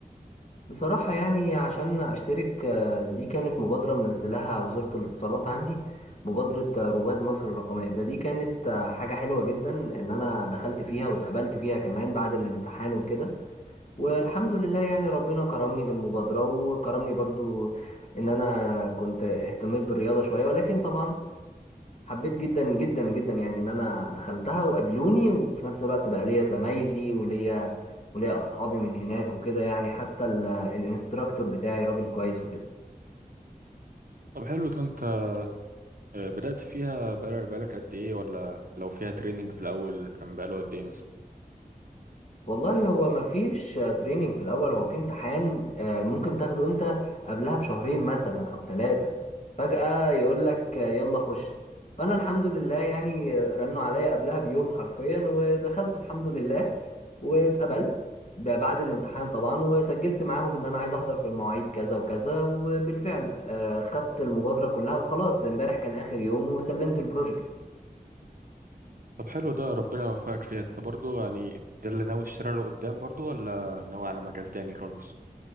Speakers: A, on the left; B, on the right.
A: بصراحة يعني عشان أشترك آه، دي كانت مبادرة منزلها وزارة الاتصالات عندي مبادرة آه، رواد مصر الرقمية فدي كانت آه، حاجة حلوة جدا إن أنا دخلت فيها واتقبلت فيها كمان بعد الامتحان وكده والحمد لله يعني ربنا كرمني بالمبادرة وكرمني برضو إن أنا كنت اهتميت بالرياضة شوية ولكن طبعا حبيت جدا جدا جدا يعني ان انا دخلتها وقابلوني وفي نفس الوقت بقى ليا زمايلي وليا وليا اصحابي من هناك وكده يعني حتى ال- الانستراكتور بتاعي راجل كويس وكده
B: طب حلو ده انت آه، بدأت فيها بقالك بقالك قد ايه ولا لو فيها تريننج في الأول كان بقاله قد ايه مثلا؟
A: والله هو ما فيش تريننج في الاول هو في امتحان آه، ممكن تاخده انت قبلها بشهرين مثلا او ثلاثة فجأة يقول لك آه، يلا خش فانا الحمد لله يعني رنوا عليا قبلها بيوم حرفيا ودخلت الحمد لله واتقبلت ب- بعد الامتحان طبعا وسجلت معاهم ان انا عايز احضر في المواعيد كذا وكذا وبالفعل آه، خدت المبادرة كلها وخلاص امبارح كان اخر يوم وسلمت البروجكت
B: طب حلو ده ربنا يوفقك فيها انت برضو يعني ده اللي ناوي تشتري له قدام برضو ولا ناوي على مجال تاني خالص؟